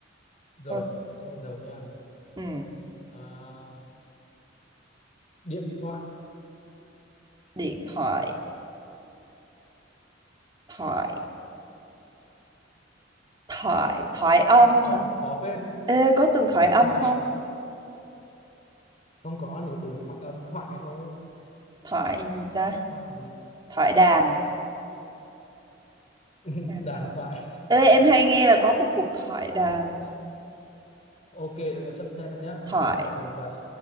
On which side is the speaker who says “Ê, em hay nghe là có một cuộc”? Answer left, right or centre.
Right